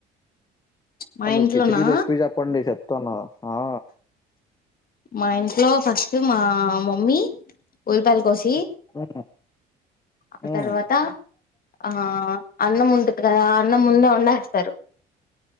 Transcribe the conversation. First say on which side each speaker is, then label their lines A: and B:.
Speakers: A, on the left (about 45°); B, on the left (about 20°).
A: మా
B: అ మీ
A: ఇంట్లోనా
B: కిచిడి రెసిపీ చెప్పండి చెప్తాను హా
A: మా ఇంట్లో ఫస్ట్ మా మమ్మీ ఊల్లిపాయలు కోసి
B: హ్మ్
A: ఆ
B: హ్మ్
A: తర్వాత ఆ అన్నం ఉంటుంది కదా అన్నం ముందే వండేస్తారు